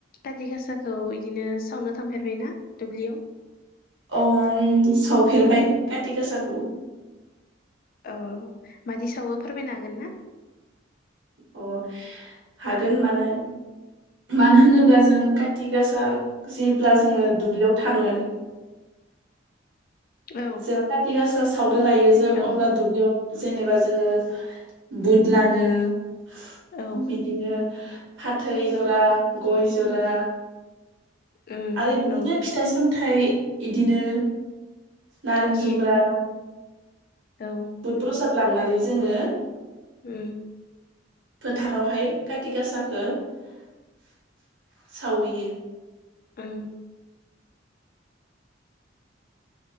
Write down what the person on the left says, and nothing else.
काति गासाखौ इदिनो सावनो थांफेरबायना? दुब्लियाव।
औ मादि सावो फोरमायनो हागोन ना।
औ
औ
औ
उम
औ
थगि
औ
उम।
उम।